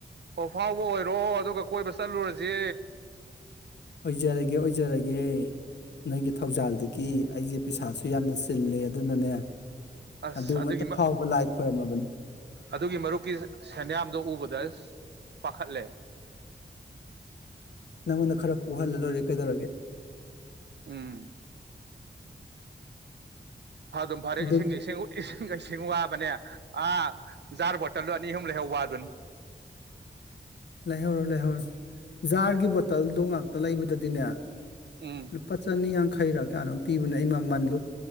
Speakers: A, on the right; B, on the left.
A: ꯑꯣ ꯐꯥꯎꯕ ꯑꯣꯏꯔꯣ ꯑꯗꯨꯒ ꯀꯣꯏꯕ ꯆꯠꯂꯨꯔꯁꯤ
B: ꯑꯣꯏꯖꯔꯒꯦ ꯑꯣꯏꯖꯔꯒꯦ ꯅꯪꯒꯤ ꯊꯧꯖꯥꯜꯗꯒꯤ ꯑꯩꯁꯦ ꯄꯩꯁꯥꯁꯨ ꯌꯥꯝꯅ ꯆꯤꯜꯂꯦ ꯑꯗꯨꯅꯅꯦ
A: ꯑꯁ
B: ꯑꯗꯨꯃꯇ
A: ꯑꯗꯨꯒꯤ
B: ꯐꯥꯎꯕ ꯂꯥꯏ ꯈꯣꯏꯔꯝꯃꯕꯅꯤ
A: ꯑꯗꯨꯒꯤ ꯃꯔꯨꯞꯀꯤ ꯁꯦꯟꯌꯥꯝꯗꯣ ꯎꯕꯗ ꯑꯁ ꯄꯥꯈꯠꯂꯦ
B: ꯅꯪꯉꯣꯟꯗ ꯈꯔ ꯄꯨꯍꯜꯂ ꯂꯣꯏꯔꯦ ꯀꯩꯗꯧꯔꯒꯦ
A: ꯎꯝ ꯐꯗꯨꯝ ꯐꯔꯦ
B: ꯑꯗꯨ
A: ꯏꯁꯤꯡꯁꯤ ꯏꯁꯤꯡꯖꯦ ꯏꯁꯤꯡꯋꯨꯠ ꯏꯁꯤꯡ ꯋꯥꯕꯅꯦ ꯑꯥ ꯖꯥꯔ ꯕꯣꯇꯜ ꯑꯅꯤꯍꯨꯝ ꯂꯩꯍꯧꯕ ꯑꯗꯨꯟ
B: ꯂꯩꯍꯧꯔꯣ ꯂꯩꯍꯧꯔꯣ ꯖꯥꯔꯒꯤ ꯕꯣꯇꯜꯗꯩ ꯉꯥꯛꯇ ꯂꯩꯕꯗꯨꯗꯤꯅꯦ
A: ꯎꯝ
B: ꯂꯨꯄꯥ ꯆꯅꯤ ꯌꯥꯡ ꯈꯩꯔꯥ ꯀꯌꯥꯅꯣꯝ ꯄꯤꯕꯅ ꯑꯩ ꯃ ꯃꯟꯗꯨ